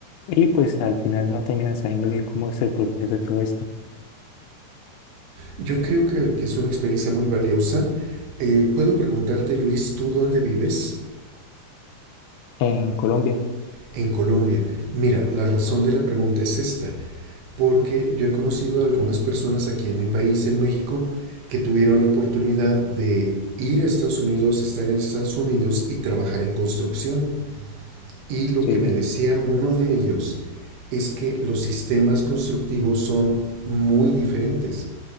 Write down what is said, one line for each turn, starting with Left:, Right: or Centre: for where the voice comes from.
Left: y pues al final no terminan sabiendo bien cómo es el proceso de todo esto
Right: Yo creo que, que es una experiencia muy valiosa. Eh, Puedo preguntarte, Luis, ¿tú dónde vives?
Left: en Colombia.
Right: En Colombia. Mira, la razón de la pregunta es esta, porque yo he conocido a algunas personas aquí en mi país, en México, que tuvieron la oportunidad de ir a Estados Unidos, estar en Estados Unidos y trabajar en construcción. Y lo
Left: Sí.
Right: que me decía uno de ellos es que los sistemas constructivos son muy diferentes.